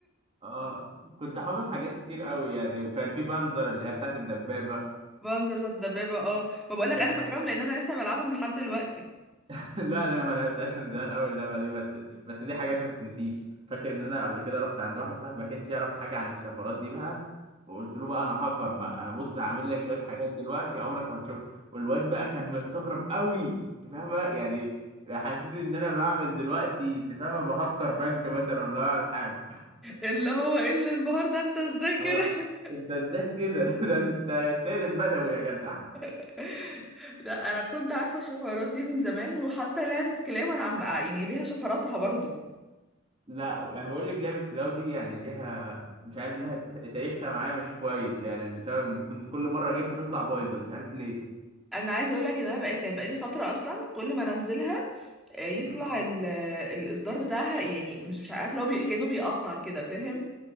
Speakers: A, on the right (about 30°); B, in the centre.
A: اه كنت حافظ حاجات كتير قوي يعني وكان في بنزر اللي هي بتاعت الدبابه
B: بانزر بتاعت الدبابة اه ما بقولك
A: كانت
B: انا فاكراهم لان انا لسه بلعبهم لحد دلوقتي
A: <laughs> لا ده انا ما لعبتهاش من زمان قوي اللعبه دي بس بس دي حاجات ما تتنسيش فاكر ان انا قبل كده رحت عند واحد صاحبي ما كانش يعرف حاجه عن الشفرات دي بقى وقلت له بقى انا هاكر بقى انا بص هعمل لك شويه حاجات دلوقتي عمرك ما هتشوف والواد بقى كان مستغرب قوي انت فاهم بقى يعني حسيت ان انا بعمل دلوقتي انت فاهم بهكر بنك مثلا ولا بعمل حاجه
B: اللي هو ايه اللي انبهر ده انت ازاي كده
A: اه <laughs> انت ازاي كده <laughs> ده انت السيد البدوي يا جدع
B: <laughs> لا انا كنت عارفه الشفرات دي من زمان وحتى لعبه كلاب انا عامله آه، يعني ليها شفراتها برضو
A: لا انا بقول لك لعبه كلاو دي يعني ليها مش عارف ليها ت- تاريخها معايا مش كويس يعني بسبب ان كنت كل مره اجيبها تطلع بايظه مش عارف ليه
B: انا عايزه اقول لك ان انا بقى كان بقالي فتره اصلا كل ما انزلها آه، يطلع
A: مم.
B: ال... آه، الاصدار بتاعها يعني مش مش عارفه اللي هو بي... كانه بيقطع كده فاهم